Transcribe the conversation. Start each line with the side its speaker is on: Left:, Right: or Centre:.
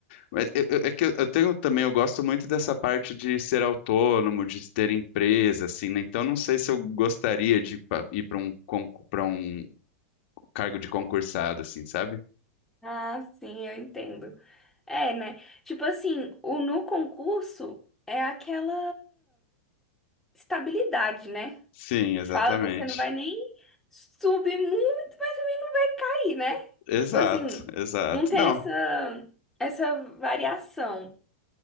Left: Mas eu- eu- é que eu eu tenho também, eu gosto muito dessa parte de ser autônomo, de ter empresa, assim, né? Então não sei se eu gostaria de pa- ir para um, para um cargo de concursado, assim, sabe?
Centre: Ah, sim, eu entendo. É, né? Tipo assim, o no concurso é aquela estabilidade, né?
Left: Sim,
Centre: Que
Left: exatamente.
Centre: fala, você não vai nem subir muito, mas também vai ir, né?
Left: Exato,
Centre: Tipo assim,
Left: exato.
Centre: não tem
Left: Não,
Centre: essa, essa variação.